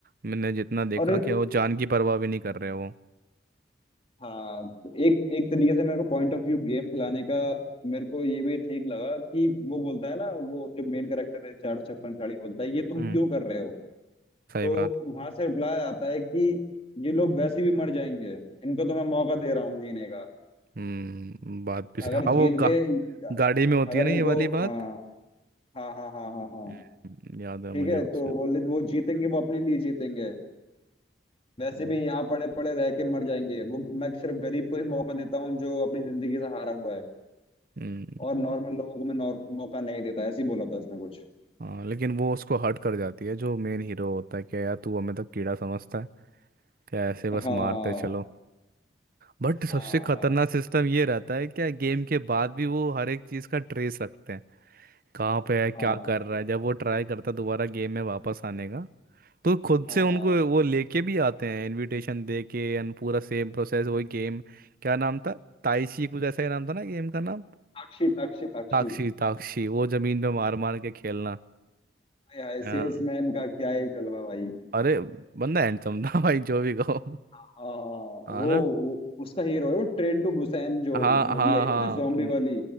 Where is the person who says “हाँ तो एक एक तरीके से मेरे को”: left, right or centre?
Left